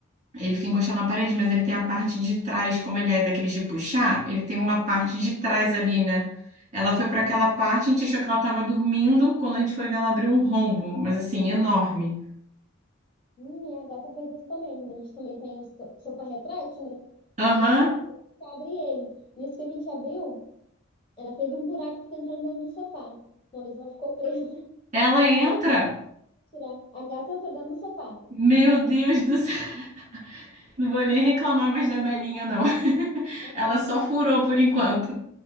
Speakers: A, on the right; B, on the left.
A: Ele fica encostado na parede, mas ele tem a parte de trás, como ele é daqueles de puxar, ele tem uma parte de trás
B: sim,
A: ali, né? Ela foi
B: uhum.
A: para aquela parte, a gente achou que ela estava dormindo, quando a gente foi ver, ela abriu um rombo, mas assim, enorme.
B: Minha gata fez isso também, a gente também tem o so- sofá retrátil, né,
A: Aham,
B: a gente ab- abre ele. Nisso que a gente abriu, ela fez um buraco, e fica entrando dentro do sofá. Uma vez ela ficou presa, <laughs>
A: ela entra.
B: foi mal tirar. A gata entrou dentro do sofá.
A: Meu Deus do céu, <laughs> não vou nem reclamar mais da Belinha, não. <laughs>
B: Aham.
A: Ela só furou por enquanto.